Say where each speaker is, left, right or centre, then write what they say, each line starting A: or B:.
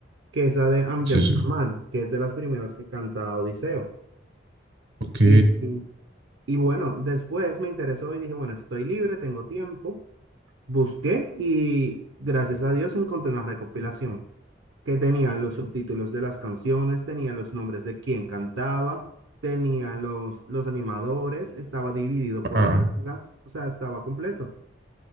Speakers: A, on the right; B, on the right.
A: que es la de I'm
B: Sí,
A: Just
B: sí.
A: a Man, que es de las primeras que canta Odiseo.
B: Ok.
A: Y, y- y bueno, después me interesó y dije, bueno, estoy libre, tengo tiempo. Busqué y gracias a Dios encontré una recopilación que tenía los subtítulos de las canciones, tenía los nombres de quien cantaba, tenía los, los animadores, estaba dividido por
B: Ah,
A: sagas, o sea, estaba completo.